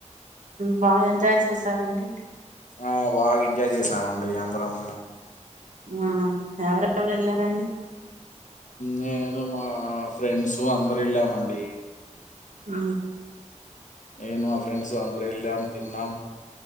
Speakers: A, on the right (about 75°); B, on the left (about 75°).
A: బా ఎంజాయ్ చేసారండి
B: ఆ బాగా ఎంజాయ్ చేసామండి అందరం
A: ఆ ఎవరెవరు వెళ్లారండి
B: నేను మా ఫ్రెండ్స్ అందరు వెళ్ళామండి
A: ఉ
B: నేను మా ఫ్రెండ్స్ అందరు వెళ్ళాం తిన్నాం